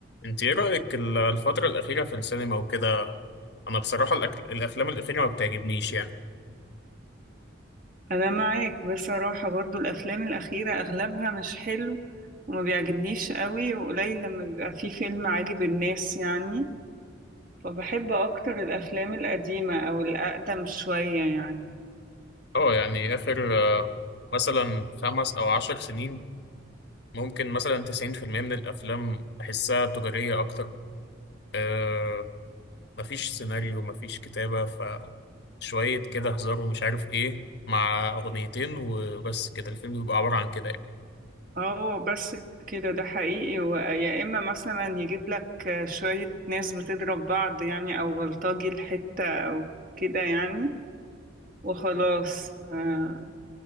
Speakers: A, on the left; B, on the right.
A: انت ايه رأيك ال- الفترة الأخيرة في السينما وكده انا بصراحة الأك- الافلام الأخيرة ما بتعجبنيش يعني
B: انا معاك بصراحة برضو الافلام الاخيرة اغلبها مش حلو وما بيعجبنيش قوي وقليل لما بيبقى فيه فيلم عاجب الناس يعني فبحب اكتر الافلام القديمة او الاقدم شوية يعني
A: اه يعني اخر آه، مثلا خمس او عشر سنين ممكن مثلا 90% من الافلام بحسها تجارية اكتر آه مفيش سيناريو مفيش كتابة فشوية كده هزار ومش عارف ايه مع اغنيتين وبس كده الفيلم بيبقى عبارة عن كده يعني
B: اه بس كده ده حقيقي ويا اما مثلا يجيب لك شوية ناس بتضرب بعض يعني او بلطجي الحتة او كده يعني وخلاص آه،